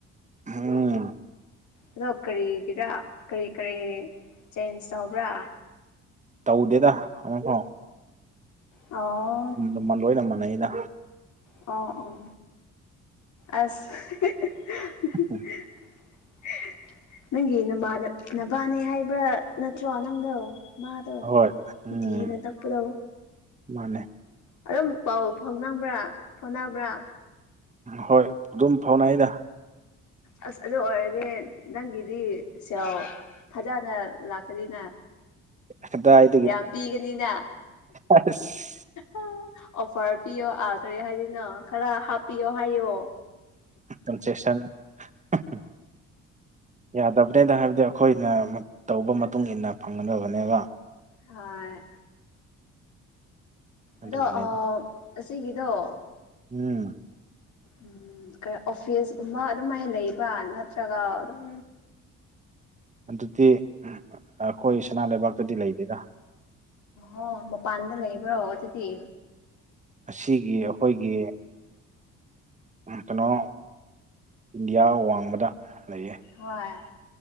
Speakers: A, on the right (about 25°); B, on the left (about 70°).
A: ꯑꯝ
B: ꯑꯗꯣ ꯀꯔꯤꯒꯤꯔ ꯀꯔꯤ ꯀꯔꯤ ꯆꯦꯟꯖ ꯇꯧꯕ꯭ꯔꯥ
A: ꯇꯧꯗꯦꯗ ꯑꯃꯐꯥꯎ
B: ꯑꯣ
A: ꯑꯗꯨꯝ ꯂꯣꯏꯅ ꯃꯥꯟꯅꯩꯩꯅ
B: ꯑꯣ ꯑꯣ ꯑꯁ ꯍꯤ ꯍꯤ
A: ꯎ <inaudible>
B: <inaudible> ꯅꯪꯒꯤ ꯅ ꯅꯕꯥꯅꯦ ꯍꯥꯏꯕ꯭ꯔꯥ ꯅꯠꯇ꯭ꯔꯣ ꯅꯪꯗꯣ ꯃꯥꯗꯣ
A: ꯍꯣꯏ ꯎꯝ
B: ꯗꯤ ꯇꯥꯞꯄꯗꯣ
A: ꯃꯥꯅꯦ
B: ꯑꯗꯨꯝ ꯄꯥꯎ ꯐꯥꯎꯅꯤꯡꯕ꯭ꯔꯥ ꯐꯣꯅꯕ꯭ꯔꯥ
A: ꯍꯣꯏ ꯑꯗꯨꯝ ꯐꯥꯎꯅꯩꯗ
B: ꯑꯁ ꯑꯗꯨ ꯑꯣꯏꯔꯗꯤ ꯅꯪꯒꯤꯗꯤ ꯁꯦꯜ ꯐꯖꯅ ꯂꯥꯛꯀꯅꯤꯅ
A: ꯀꯗꯥꯏ
B: ꯌꯥꯝ ꯄꯤꯒꯅꯤꯗ
A: ꯑꯁ
B: ꯑ ꯑꯣꯐꯔ ꯄꯤꯌꯣ ꯑꯥ ꯀꯔꯤ ꯍꯥꯏꯗꯅꯣ ꯈꯔ ꯍꯥꯞꯄꯤꯌꯣ ꯍꯥꯏꯌꯣ
A: ꯀꯟꯁꯦꯁꯟ ꯍꯝꯍꯝ ꯌꯥꯗꯕ ꯇꯦꯟꯗ ꯍꯥꯏꯕꯗꯤ ꯑꯩꯈꯣꯏꯅ ꯃꯠ ꯇꯧꯕ ꯃꯇꯨꯡ ꯏꯟꯅ ꯐꯪꯒꯗꯕꯅꯦꯕ
B: ꯍꯣꯢ
A: ꯑꯗꯨꯒꯤꯅꯤꯗ
B: ꯑꯗꯣ ꯑꯁꯤꯒꯤꯗꯣ
A: ꯎꯝ
B: ꯎꯝ ꯀ ꯑꯣꯐꯤꯁꯒꯨꯝꯕ ꯑꯗꯨꯃꯥꯏꯅ ꯂꯩꯕ꯭ꯔꯥ ꯅꯠꯇ꯭ꯔꯒ ꯑꯗꯨꯝ
A: ꯑꯗꯨꯗꯤ ꯑꯩꯈꯣꯏ ꯁꯅꯥ ꯂꯩꯕꯥꯛꯇꯗꯤ ꯂꯩꯗꯦꯗ
B: ꯑꯣ ꯃꯄꯥꯟꯗ ꯂꯩꯕ꯭ꯔꯣ ꯑꯗꯨꯗꯤ
A: ꯑꯁꯤꯒꯤ ꯑꯩꯈꯣꯏꯒꯤ ꯀꯩꯅꯣ ꯏꯟꯗꯤꯌꯥ ꯋꯥꯡꯃꯗ ꯂꯩꯌꯦ
B: ꯍꯣꯏ